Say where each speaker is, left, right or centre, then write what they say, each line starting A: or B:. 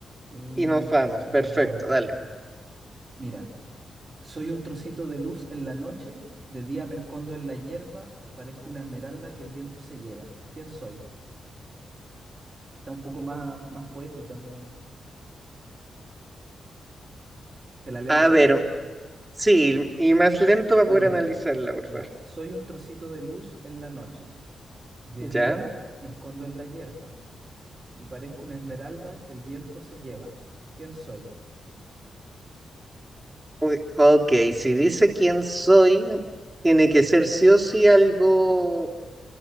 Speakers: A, on the right; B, on the right.
A: y ahí
B: y nos
A: nos,
B: vamos.
A: des- nos
B: Perfecto,
A: vamos.
B: dale.
A: Mira. Soy un trocito de luz en la noche, de día me escondo en la hierba, parezco una esmeralda que el viento se lleva. ¿Quién soy? Está un poco más, más poética, pero te la leo
B: A
A: de nuevo,
B: ver, sí, y más lento para
A: más
B: poder
A: lento.
B: analizarla, por
A: Ya,
B: favor.
A: soy un trocito de luz en la noche, de
B: ¿Ya?
A: día me escondo en la hierba y parezco una esmeralda que el viento se lleva. ¿Quién soy?
B: Uy, ok, si dice quién soy, tiene que ser sí o sí algo,